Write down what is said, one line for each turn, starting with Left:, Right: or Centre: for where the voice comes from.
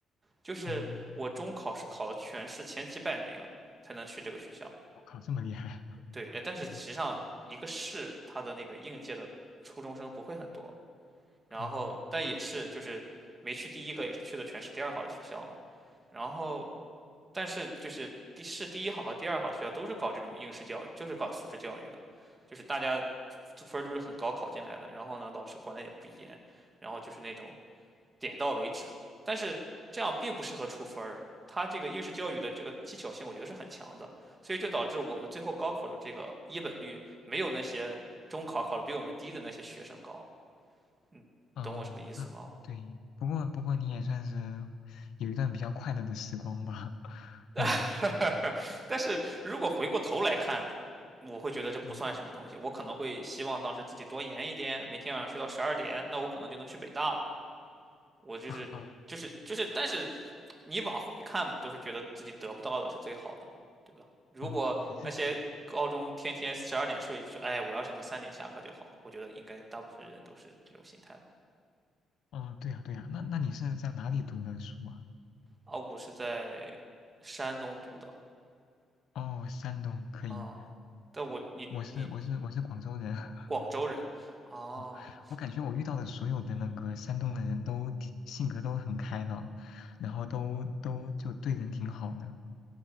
Right: 就是我中考是考了全市前几百名才能去这个学校。
Left: 嗯，我靠这么厉害，
Right: 对，呃但是实际上一个市它的那个应届的初中生不会很多，
Left: 嗯
Right: 然后但也是就是没去第一个，
Left: 嗯
Right: 也是去的全市第二好的学校嘛。然后但是就是第市第一好和第二好的学校都是搞这种应试教育，就是搞素质教育的，就是大家分儿都是很高考进来的，然后呢老师管的也不严，然后就是那种。点到为止。但是这样并不适合出分儿，它这个应试教育的这个技巧性，我觉得是很强的，所以就导致我们最后高考的这个一本率没有那些中考考的比我们低的那些学生高。嗯，
Left: 哦那对，
Right: 懂我什么意思吗？
Left: 不过不过你也算是有一段比较快乐的时光吧，<laughs> 嗯
Right: <laughs> 但是如果回过头来看，我会觉得这不算什么东西，
Left: 嗯
Right: 我可能会希望当时自己多研一点，每天晚上学到十二点，那我可能就能去北大了。我就是就是就是，
Left: 啊
Right: 但是你往回看嘛，都是觉得自己得不到的是最好的嘛，对吧？如果那些高中天天十二点睡，
Left: 哦你是
Right: 就是哎，我要是能三点下课就好了，我觉得应该大部分人都是这种心态吧。
Left: 哦对呀对呀，那那你是在哪里读的书啊？
Right: 啊，我是在山东读的
Left: 哦山东可以，
Right: 啊，但我你你
Left: 我是我是我是广州人，<laughs>
Right: 广州人啊，
Left: 嗯，我感觉我遇到的所有的那个山东的人都挺性格都很开朗，然后都都就对人挺好的。